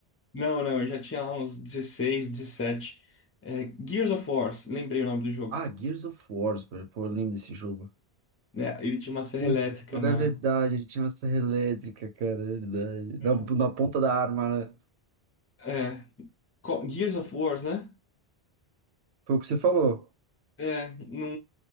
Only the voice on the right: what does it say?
Ah, Gears of War, velho. Pô, eu lembro desse jogo.
Puta,
esse jogo
é verdade. Ele tinha uma serra elétrica, cara, é verdade. Na,
na ponta da arma, né?
Foi o que você falou.